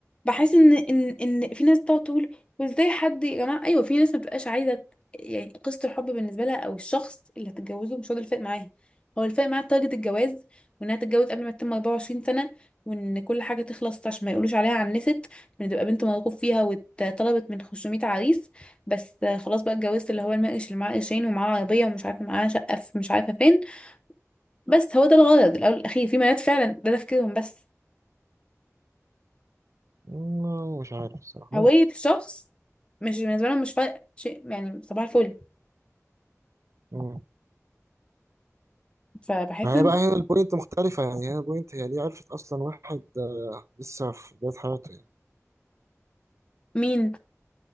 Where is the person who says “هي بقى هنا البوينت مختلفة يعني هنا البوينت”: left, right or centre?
Right